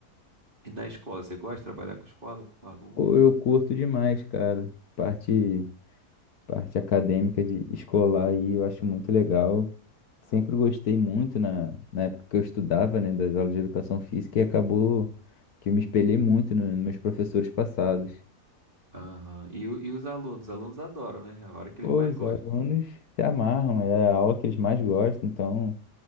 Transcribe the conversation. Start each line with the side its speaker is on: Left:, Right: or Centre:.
Right: E na escola, você gosta de trabalhar com escola, com alunos?
Left: Pô, eu curto demais, cara. Parte. parte acadêmica de escolar aí, eu acho muito legal. Sempre gostei muito na, na época que eu estudava, né, das aulas de educação física e acabou que eu me espelhei muito no- nos meus professores passados.
Right: Aham. E, o- e os alunos? Os alunos adoram, né? É A hora que
Left: Pô,
Right: eles mais
Left: os
Right: gostam.
Left: alunos se amarram, é a aula que eles mais gostam, então